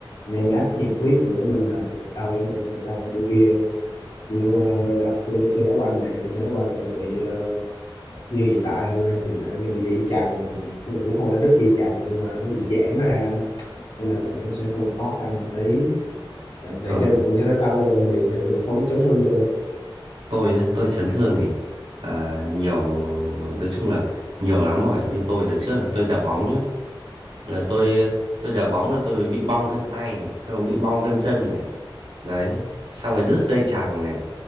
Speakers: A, on the left; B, on the right.
A: anh em đá nhiệt huyết nữa nên là người đau giữa này người đau chỗ kia nhưng uh, là tôi đi chơi đá banh nè đi chơi đá banh là tôi bị ờ, như hiện tại là hiện tại đang bị dây chằng cái đồ cũng không phải là đứt dây chằng nhưng mà nó bị giãn ra nên là nó cũng sẽ hơi khó khăn một tí bạn bạn
B: Ờ.
A: chơi bộ môn thể thao bao giờ bạn bị bạn bị phóng chấn thương chưa
B: tôi á, tôi chấn thương thì à, nhiều nói chung là nhiều lắm rồi như tôi là trước là tôi đá bóng nhé là tôi tôi đá bóng là tôi bị bong gân tay này xong rồi bị bong gân chân này đấy xong rồi đứt dây chằng này